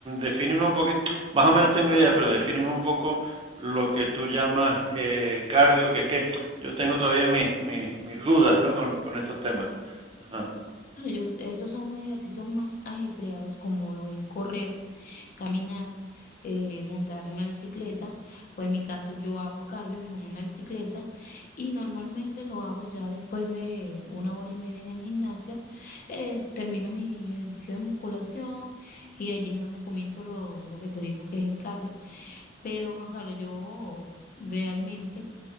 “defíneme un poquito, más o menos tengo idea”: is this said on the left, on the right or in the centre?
Right